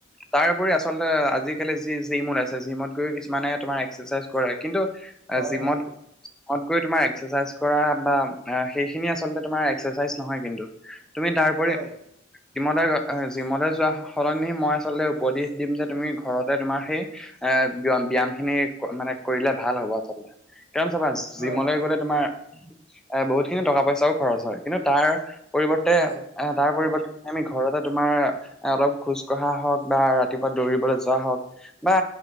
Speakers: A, in the centre; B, on the right.
A: তাৰপৰি আচলতে আজিকালি যি জিমোত আছে জিমোত গৈ কিছুমানে তোমাৰ এক্সাৰচাইজ কৰে কিন্তু অ,
B: হয়
A: জিমত
B: হয়
A: মত গৈ তোমাৰ এক্সাৰচাইজ কৰা বা সেইখিনি আচলতে তোমাৰ এক্সাৰচাইজ নহয় কিন্তু তুমি তাৰপৰি
B: হয়
A: জিমলে অ জিমলৈ যোৱা সলনি মই আচলতে উপদেশ দিম যে তুমি ঘৰতে তোমাৰ সেই এ ব্যায়াম খিনি মানে কৰিলে ভাল হব আচলতে কাৰণ চাবা
B: হয়
A: জিমলেই
B: হয়
A: গ'লে তোমাৰ এ বহুত খিনি টকা পইচাও খৰচ হয় কিন্তু তাৰ পৰিৱৰ্তে
B: হয়
A: এ তাৰ পৰিৱৰ্তে আমি ঘৰতে তোমাৰ এ অলপ খোজ কঢ়া হওক বা ৰাতিপুৱা দৌৰিবলৈ যোৱা হওক বা